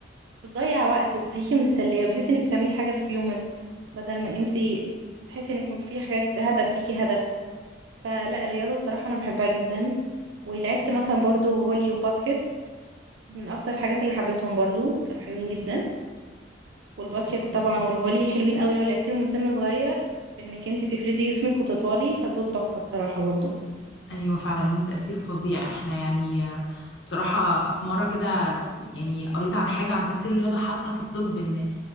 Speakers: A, on the right; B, on the left.
A: بتضيع وقت وبتخليكي مستنيه وبتحسي انك بتعملي حاجه في يومك بدل ما انتي تحسي انك في حاجات هدف ليكي هدف فلا الرياضه الصراحه انا بحبها جدا ولعبت مثلا برضو فولي وباسكت من اكتر الحاجات اللي حبيتهم برضو كانوا حلوين جدا والباسكت
B: أوكي.
A: طبعا والفولي حلوين قوي لو لعبتيهم من سن صغير انك انتي تفردي جسمك وتطولي فدول تحفه الصراحه برضو
B: أيوة فعلا ليهم تأثير فظيع احنا يعني آه، بصراحة في مرة كده يعني قريت عن حاجة عن تأثير الرياضة حتى في الطب إن